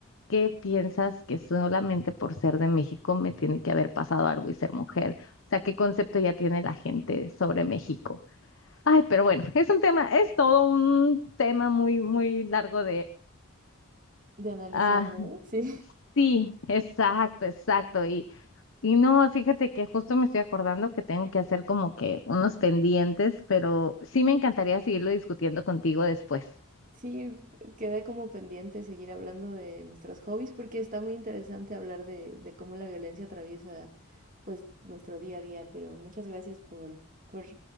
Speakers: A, on the left; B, on the right.
A: qué piensas que solamente por ser de México me tiene que haber pasado algo y ser mujer? O sea, ¿qué concepto ya tiene la gente sobre México? Ay, pero bueno, es un tema, es todo un tema muy, muy largo
B: De analizar,
A: Ah,
B: ¿no? Sí.
A: sí, exacto, exacto. Y, y no, fíjate que justo me estoy acordando que tengo que hacer como que unos pendientes, pero sí me encantaría seguirlo discutiendo contigo después.
B: Sí, quedé como pendiente seguir hablando de nuestros hobbies porque está muy interesante hablar de, de cómo la violencia atraviesa pues nuestro día a día, pero muchas gracias por, por